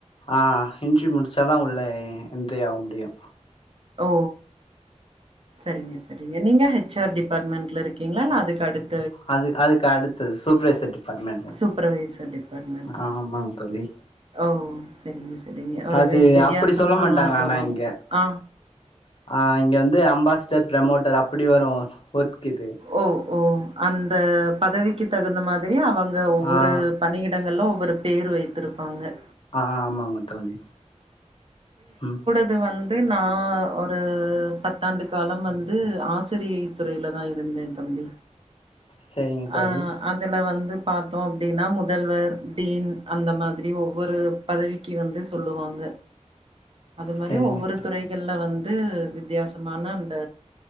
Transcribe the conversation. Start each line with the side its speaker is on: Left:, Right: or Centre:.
Left: ஆ இன்டர்வியூ முடிச்சாதா உள்ளே என்றி ஆக முடியு
Right: ஓ செரிங்க செரிங்க நீங்க ஹச் ஆர் டிபார்ட்மெண்ட்ல இருக்கீங்ளா இல்ல அதுக்கு அடுத்
Left: அது அதுக்கு அடுத்தது சூப்பர்வைசர் டிபார்ட்மெண்ட் இருக்கு
Right: சூப்பர்வைசர் டிபார்ட்மெண்ட்
Left: ஆமாங் தோழி
Right: ஓ செரிங்க செரிங்க ஒரு
Left: அது
Right: வி வித்தியாசமான
Left: அப்படி சொல்ல மாட்டாங்க
Right: அனுபவம்
Left: ஆனா இங்க
Right: ஆ
Left: ஆ இங்க வந்து அம்பாஸ்டர் ப்ரமோட்டர் அப்டி வரு ஒர்க் இது
Right: ஓ ஓ அந்த பதவிக்கு தகுந்த மாதிரி அவங்க ஒவ்வொரு
Left: ஆ
Right: பணியிடங்கள்ல ஒவ்வொரு பேரு வைத்திருப்பாங்க
Left: ஆ ஆமாங்க தோழி ம்
Right: இது வந்து நா ஒரு பத்தாண்டு காலம் வந்து ஆசிரியை துறையில தா இரு ந்த தம்பி
Left: செரிங்க தோழி
Right: ஆ அதுல வந்து பார்த்தோ அப்டின்னா முதல்வர் டீன் அந்த மாதிரி ஒவ்வொரு பதவிக்கி வந்து சொல்லுவாங்க அது
Left: செரிங்க
Right: மாரி ஒவ்வொரு
Left: தோ
Right: துறை கள்ல வந்து வித்தியாசமான அந்த